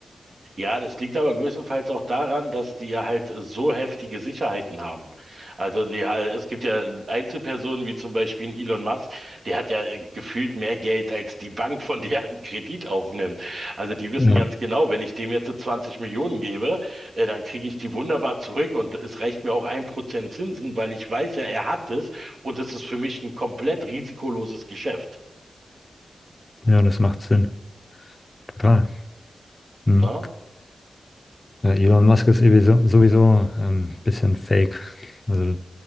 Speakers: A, on the right; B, on the left.
A: Ja, das liegt aber größtenteils auch daran, dass die ja halt so heftige Sicherheiten haben. Also die, äh, es gibt ja Einzelpersonen wie zum Beispiel ein Elon Musk, der hat ja äh, gefühlt mehr Geld als die Bank, von der er einen Kredit aufnimmt. Also die wissen
B: Ja,
A: ganz
B: Ja.
A: genau, wenn ich dem jetzt so 20 Millionen gebe, äh, dann kriege ich die wunderbar zurück und es reicht mir auch ein Prozent Zinsen, weil ich weiß ja, er hat es und es ist für mich ein komplett risikoloses Geschäft.
B: Ja, das macht Sinn. Total. Hm.
A: Ne?
B: Ja, Elon Musk ist irgendwie so- sowieso ähm, ein bisschen fake. Also